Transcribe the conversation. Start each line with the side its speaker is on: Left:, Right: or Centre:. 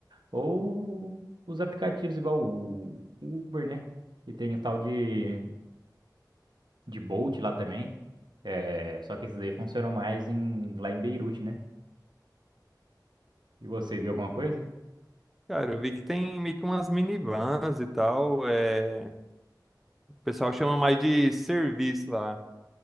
Right: ou os aplicativos igual o o Uber, né? E tem o tal de, de Bolt lá também, é, só que esses aí funcionam mais em, lá em Beirute, né? E você viu alguma coisa?
Centre: Cara, eu vi que tem meio que umas minivans e tal. É... O pessoal chama mais de serviço lá.